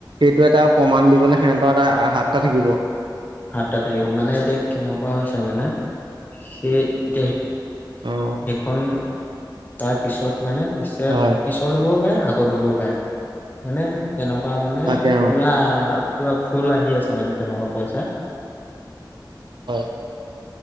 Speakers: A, on the right; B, on the left.
A: সেইটো এটা প্ৰমাণ দিবলৈ সিহঁতৰ এটা হাত এটা থাকিব।
B: হাত এটা থাকিব। মানে এতিয়া কেনেকুৱা হৈছে মানে সেই এতিয়া
A: অ'
B: সেইখন তাৰ পিছত মানে পিছত
A: হয়
B: পিছত হ'বও পাৰে আগত হ'বও পাৰে। মানে তেনেকুৱা মানে
A: তাকে অ'
B: পোৰা পোৰা ফুল আহি আছে মানে, তেনেকুৱা পইচা।
A: হয়।